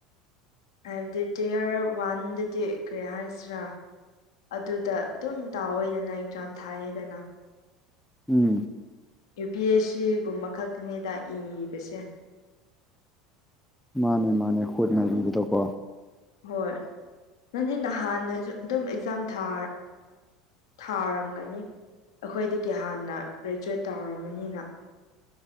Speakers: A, on the left; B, in the centre.
A: ꯍꯥꯏꯕꯗꯤ ꯇꯤꯌꯔ ꯋꯥꯟꯗꯗꯤ ꯀꯔꯤ ꯍꯥꯏꯁꯤꯔꯥ ꯑꯗꯨꯗ ꯑꯗꯨꯝ ꯇꯥꯎꯋꯦꯗꯅ ꯑꯦꯛꯖꯥꯝ ꯊꯥꯏꯌꯦꯗꯅ
B: ꯎꯝ
A: ꯌꯨ ꯄꯤ ꯑꯦꯁ ꯁꯤꯒꯨꯝꯕ ꯈꯔ ꯊꯦꯡꯅꯌꯦꯗꯥꯏ ꯏꯕꯁꯦ
B: ꯃꯥꯅꯦ ꯃꯥꯅꯦ ꯈꯨꯣꯠꯅ ꯏꯕꯗꯣꯀꯣ
A: ꯍꯣꯏ ꯅꯪꯗꯤ ꯅꯍꯥꯟ ꯑꯗꯨꯝ ꯑꯦꯛꯖꯥꯝꯥ ꯊꯥꯔꯝꯒꯅꯤ ꯑꯩꯈꯣꯏꯗꯒꯤ ꯍꯥꯟꯅ ꯒ꯭ꯔꯦꯖꯨꯋꯦꯠ ꯇꯧꯔꯝꯕꯅꯤꯅ